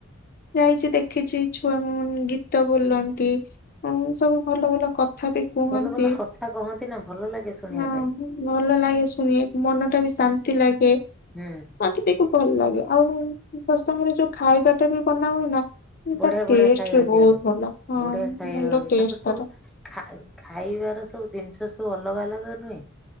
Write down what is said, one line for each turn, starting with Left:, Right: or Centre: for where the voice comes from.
Left: ଯାଇଛି ଦେଖିଛି ଛୁଆ <unintelligible> ଗୀତ ବୋଲନ୍ତି <unintelligible> ସବୁ ଭଲ-ଭଲ କଥା ବି କୁହନ୍ତି।
Centre: ଭଲ-ଭଲ କଥା କହନ୍ତି ନା, ଭଲ ଲାଗେ ଶୁଣିବା
Left: ହଁ
Centre: ପାଇଁ।
Left: ଭଲ ଲାଗେ ଶୁଣିଆକୁ, ମନଟା ବି ଶାନ୍ତି ଲାଗେ।
Centre: ହୁଁ।
Left: ମତେ ଟିକେ ଭଲ ଲାଗେ ଆଉ ସତ୍ସଙ୍ଗ ରେ ଯୋଉ ଖାଇବାଟା ବି ବନା ହୁଏ ନା
Centre: ବଢିଆ
Left: ତାର
Centre: ବଢିଆ
Left: ଟେଷ୍ଟ
Centre: ଖାଇବା
Left: ବି
Centre: ଦିଆ
Left: ବହୁତ
Centre: ହୁଏ
Left: ଭଲ ହଁ
Centre: ବଢିଆ ଖାଇବା
Left: ଭଲ
Centre: ହୁଏ
Left: ଟେଷ୍ଟ।
Centre: ତାଙ୍କର
Left: ତାର।
Centre: ସବୁ ଖାଇ ଖାଇବାର ସବୁ ଜିନିଷ ସବୁ ଅଲଗା ଅଲଗା ନୁହେଁ।